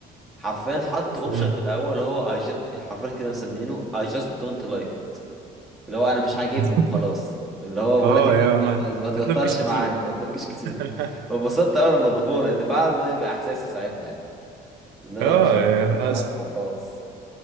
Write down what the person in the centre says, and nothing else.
حرفيا حط اوبشن
في الاول اللي هو I ju- حرفيا كده مسمينه I just don't like it اللي هو انا مش عاجبني
وخلاص اللي هو بقول
لك إيه، ما
ما
ما
تكترش
معايا ما تنكش كتير
فانبسطت اول لما ضافوها لان فعلا ده يبقى احساسي ساعتها يعني ان انا
مش
مش عارف
وخلاص